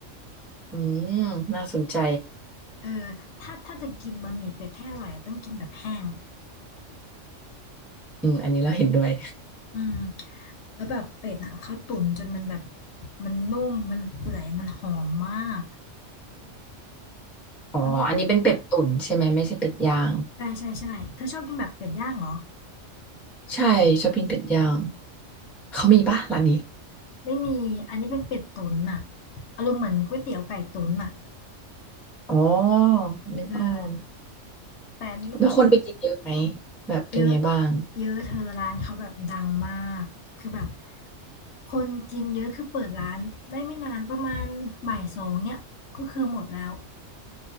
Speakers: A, in the centre; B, on the left (about 70°).
A: อืมน่าสนใจ
B: เออถ้าถ้าจะกินบะหมี่เป็ดให้อร่อยอะต้องกินแบบแห้ง
A: อืมอันนี้เราเห็นด้วย
B: อืมแล้วแบบเป็ดอ่ะเขาตุ๋นจนมันแบบมันนุ่มมันเปื่อยมันหอมมาก
A: อ๋ออันนี้เป็นเป็ดตุ๋นใช่ไหมไม่ใช่เป็ดย่าง
B: แล้วใช่ใช่ใช่เธอชอบกินแบบเป็ดย่างเหรอ
A: ใช่ชอบกินเป็ดย่างเขามีปะร้านนี้
B: ไม่มีอันนี้เป็นเป็ดตุ๋นอ่ะอารมณ์เหมือนก๋วยเตี๋ยวไก่ตุ๋นอ่ะ
A: อ๋อนึกออก
B: เออแต่อันนี้มันก็
A: แล้วคนไปกินเยอะไหมแบบเป็นไงบ้าง
B: เยอะเยอะเธอร้านเขาแบบดังมากคือแบบคนกินเยอะคือเปิดร้านได้ไม่นานประมาณบ่ายสองเนี่ยก็คือหมดแล้ว